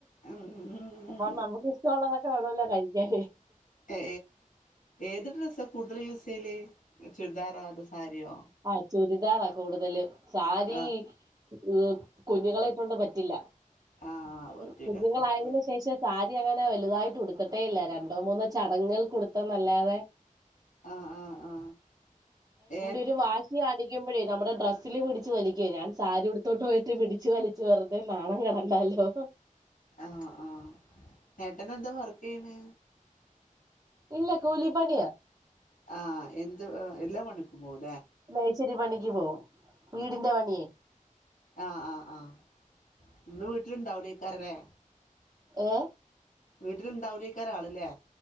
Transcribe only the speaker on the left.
ഉം
ഏ ഏത് ഡ്രസ്സാ കൂടുതലും യൂസ് ചെയ്യല് ചുരിദാറോ അതോ സാരിയോ
ആഹ്
ആഹ് അത് പറ്റൂല
ഒറപ്പ്
ആ ആ ആ എ
ആഹ ആഹ നേട്ടനെ എന്താ വർക്ക് ചെയ്യണ്
ആ എന്ത് എല്ലാ മണിക്കും പോല
ആഹ ആഹ് ആഹ് ഒന്ന് വീട്ടിലുണ്ടാവലേേക്കാരല്ലേ
വീട്ടിലുണ്ടാവില്ലേ ആൾ ആണല്ലേ